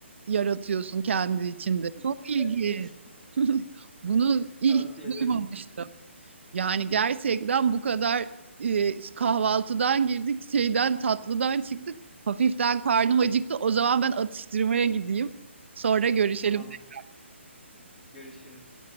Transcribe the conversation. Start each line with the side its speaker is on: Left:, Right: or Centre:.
Right: yaratıyorsun kendi içinde. Çok
Centre: <laughs>
Right: ilginç.
Centre: Evet.
Right: <laughs> Bunu hiç
Centre: Tavsiye ederim.
Right: duymamıştım. Yani gerçekten bu kadar e, kahvaltıdan girdik, şeyden tatlıdan çıktık. Hafiften karnım acıktı. O zaman ben atıştırmaya gideyim. Sonra görüşelim.
Centre: Tamamdır. Görüşürüz.